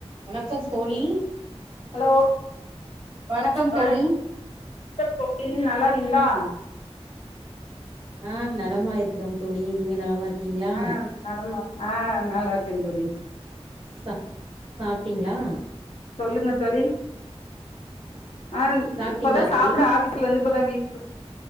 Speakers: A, on the right; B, on the left.
A: வணக்கம் தோழி
B: ஹலோ
A: வணக்கம் தோழி
B: வணக்கம் தோழி நல்லா இருக்கீங்ளா
A: ஆ நலமா இருக்கிறோ தோழி நீங்க நலமா இருக்கீங்களா
B: ஆ நலமா ஆ நல்லா இருக்கே தோழி
A: ச சாப்ட்டீங்களா
B: சொல்லுங்க தோழி ஆ
A: சாப்ட்டீங்களா
B: இப்பதா சாப்பிட
A: தோழி
B: ஆர சிலயிந்து இப்பதா வீட்